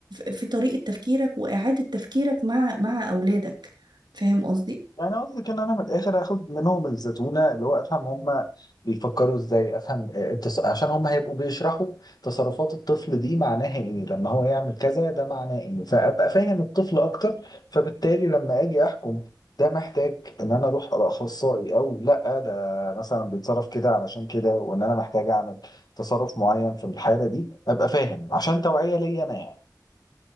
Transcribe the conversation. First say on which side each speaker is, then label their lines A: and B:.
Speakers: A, on the right; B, on the left.
A: في طريقة تفكيرك وإعادة تفكيرك مع مع أولادك فاهم قصدي؟
B: يعني قصدك ان انا من الاخر اخد منهم الزتونه اللي هو افهم هم بيفكروا ازاي افهم آه، التص... عشان هم هيبقوا بيشرحوا تصرفات الطفل دي معناها ايه لما هو يعمل كذا ده معناه ايه فابقى فاهم الطفل اكتر فبالتالي لما اجي احكم ده محتاج ان انا اروح لاخصائي او لا ده مثلا بيتصرف كده علشان كده وان انا محتاج اعمل تصرف معين في الحاله دي ابقى فاهم عشان توعيه ليا انا يعني